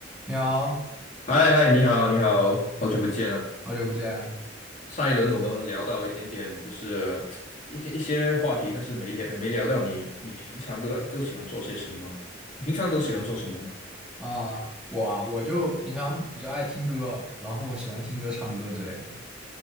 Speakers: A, in the centre; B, on the left (about 40°).
A: 你好，
B: 嗨嗨，你好，你好，好久不见啊！
A: 好久不见
B: 上一轮我们聊到一点点，就是一些一些话题，但是没聊没聊到你，你平常都都喜欢做些什么？你平常都喜欢做什么呢？
A: 啊！我啊我就平常比较爱听歌，然后喜欢听歌、唱歌之类的。